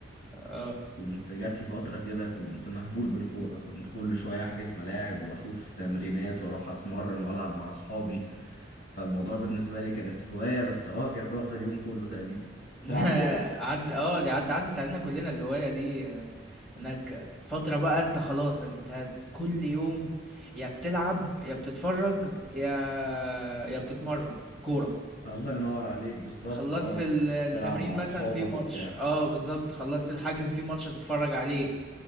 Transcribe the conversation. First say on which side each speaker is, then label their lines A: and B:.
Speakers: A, in the centre; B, on the left.
A: اه
B: كنت جات لي فترة كده كنت مهبول بالكورة كنت كل شوية احجز ملاعب واشوف تمرينات واروح اتمرن والعب مع اصحابي فالموضوع بالنسبة لي كانت هواية بس اه كانت واخدة اليوم كله تقريبا
A: <laughs>
B: تلعب كورة
A: عد اه دي عد عدت علينا كلنا الهواية دي آه، انك فترة بقى انت خلاص انت كل يوم يا بتلعب يا بتتفرج يا يا بتتمرن كورة
B: الله ينور عليك بالظبط
A: خلصت
B: اه
A: ال- التمرين
B: تلعب مع
A: مثلا
B: اصحابك
A: في ماتش
B: وبتاع
A: اه بالظبط خلصت الحجز في ماتش هتتفرج عليه